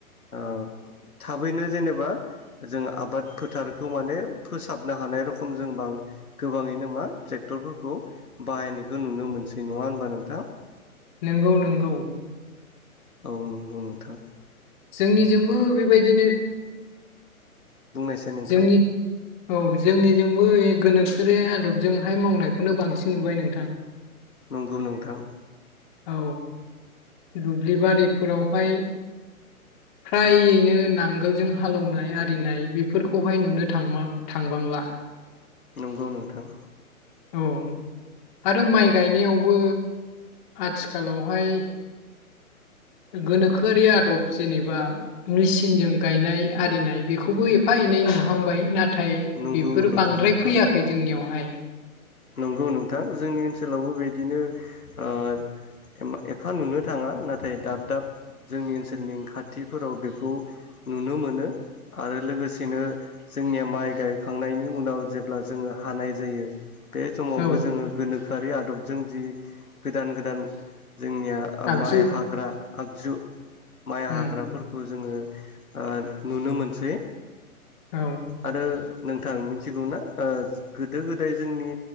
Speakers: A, on the left; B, on the left.
A: ओ थाबैनो जेनेबा जोंङो आबाद फोथारखौ माने फोसाबनो हानाय रखम जों बा गोबाङैनो मा ट्रेक्टरफोरखौ बाहायनायखौ नुनो मोनसै नङा होनबा नोंथां?
B: नोंगौ नोंगौ
A: औ नंगौ नोंथां
B: जोंनिजोंबो बेबायदिनो
A: बुंनायसै नोंथां
B: जोंनि औ जोंनिजोंबो ओइ गोनो फोरिया आदबजोंहाय मावनायखौनो बांसिन नुबाय नोंथां।
A: नंगौ नोंथां
B: औ दुब्लि बारिफोरावहाय फ्रायैनो नांगोलजों हालेवनाय आरिनाय बेफोरखौहाय नुनो थांमार थांबांला
A: नंगौ नोंथां
B: औ आरो माइ गायनायावबो आथिखालावहाय गोनोखोआरि आदब जेनेबा मेचिनजों गायनाय आरिनाय बेखौबो एफा एनै नुहांबाय नाथाय नाथाय
A: नंगौ
B: बेफोरो
A: नोंथां
B: बांद्राय फैयाखै जोंनियावहाय
A: नंगौ नोंथां जोंनि ओनसोलावबो बेबायदिनो ओ एफा नुनो थाङा नाथाय दाब दाब जोंनि ओनसोलनि खाथिफोराव बेखौ नुनो मोनो आरो लोगोसेनो जोंनिया माइ गायखांनायनि उनाव जेब्ला जोङो हानाय जायो बे समावबो
B: औ
A: जोङो गोनोखो आरि आदबजों जि गोदान गोदान जोंनिया ओ
B: आगजु
A: माइ हाग्रा आगजु माइ
B: उम
A: हाग्राफोरखौ जोङो ओ नुनो मोनसै
B: औ
A: आरो नोंथां मिथिगौना अ गोदो गोदाय जोंनि